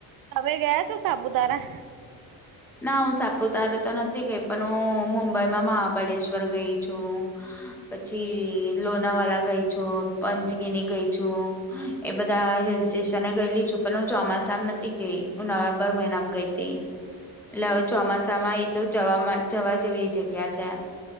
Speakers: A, on the right (about 55°); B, in the centre.
A: તમે ગયા છો સાપુતારા
B: ના હું સાપુતારે તો નથી ગઈ પણ હું મુંબઈમાં મહાબળેશ્વર ગઈ છું પછી અ લોનાવાલા ગઈ છું પંચગિની ગઈ છું એ બધા હિલ સ્ટેશન એ ગયેલી છું પણ હું ચોમાસા મ નતી ગઈ હું નવેમ્બર મહિનામ ગઈ તી એટલે હવે ચોમાસામાં એ તો જવા માં જવા જેવી જગ્યા છે